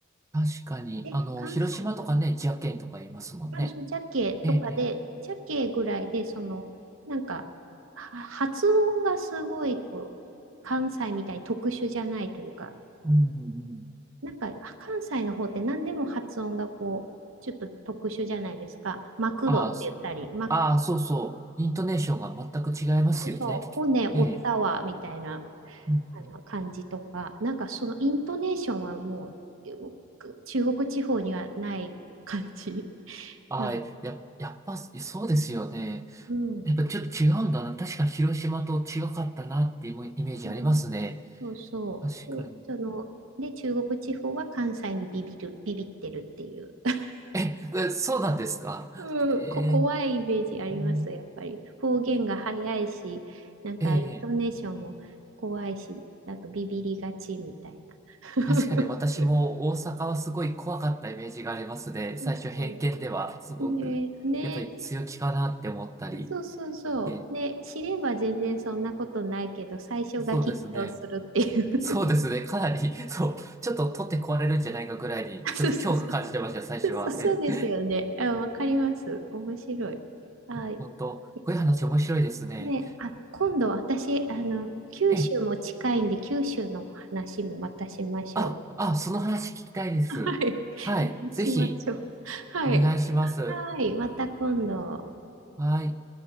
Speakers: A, on the right; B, on the right.
A: 確かに。
B: え、
A: あの、
B: 関西、
A: 広島とかね、ジャケンとか言いますもんね。
B: まあ、そのジャケとかで、
A: ええ、ええ。
B: ジャケぐらいで、その、なんか、は発音がすごい、こう、関西みたいに特殊じゃないというか、
A: うん、うん。
B: なんか、関西の方って何でも発音がこう、ちょっと特殊じゃないですか。マクドって言ったり、
A: ああ、そ
B: マック、
A: ああ、そうそう。イントネーションが全く違いますよね。
B: そうそう、骨折ったわ、
A: ええ。
B: みたいな、
A: うん
B: あの感じとか、なんかそのイントネーションはもう、中国地方にはない感じ。<laughs>
A: ああ、
B: なん、
A: や、やっぱ、そうですよね。
B: うん。
A: やっぱちょっと違うんだな。確かに広島と違かったなっていうイメージありますね。
B: うんそうそう。
A: 確かに。
B: で、その、で、中国地方は関西にビビる、ビビってるっていう。<laughs>
A: え、えそうなんですか。
B: うんこ、
A: えー、
B: 怖いイメージあります、
A: うん
B: やっぱり。方言が早いし、なんか、
A: ええ
B: イントネーションも怖いし、なんかビビりがちみたいな。<laughs>
A: 確かに私も大阪はすごい怖かったイメージがありますね。最初偏見ではすごく、
B: そうそう。ね、ね、
A: やっぱり強気かなって思ったり。
B: そうそうそう。
A: で、
B: ね、知れば全然そんなことないけど、最初が緊張するっていう。
A: そうですね。そうですね。かなり、そう、ちょっと取って壊れるんじゃないかぐらいに、
B: <laughs>
A: ちょっと恐怖感じてました、
B: そうそうそう。
A: 最初は。
B: そうそうそうですよね。
A: ええ、
B: あ、わかります。面白い。はい。
A: いや本当、こういう話面白いですね。
B: ですね。ね、あ、今度私、あの、九州も近いんで、
A: ええ、
B: 九州のお話もまたしましょ
A: あ、あ、その話聞きたいです。
B: う。はい。<laughs>
A: はい、ぜひ、
B: しましょう。はい。
A: お願いします。
B: はい、また今度。
A: はい。